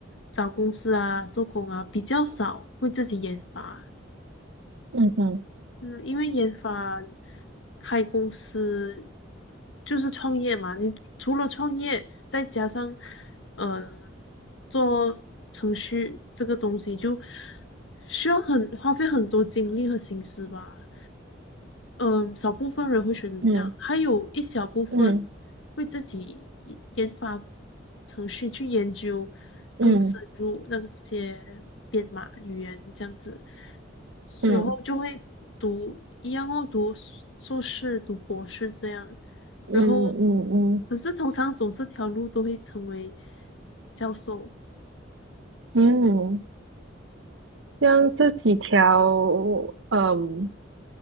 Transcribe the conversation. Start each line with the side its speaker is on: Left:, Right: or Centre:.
Left: 找公司啊做工啊，比较少会自己研发。
Right: 嗯哼
Left: 嗯，因为研发开公司就是创业嘛，你除了创业，再加上呃做程序这个东西，就需要很花费很多精力和心思吧。嗯，少部分人会选择这样，
Right: 嗯
Left: 还有一小部分
Right: 嗯
Left: 会自己研研发程序去研究更深入那些编码语言这样子，
Right: 嗯
Left: 是然后就会读一样哦，
Right: 嗯
Left: 读硕硕士、读博士这样，
Right: 嗯嗯嗯
Left: 然后可是通常走这条路都会成为教授。
Right: 嗯，像这几条嗯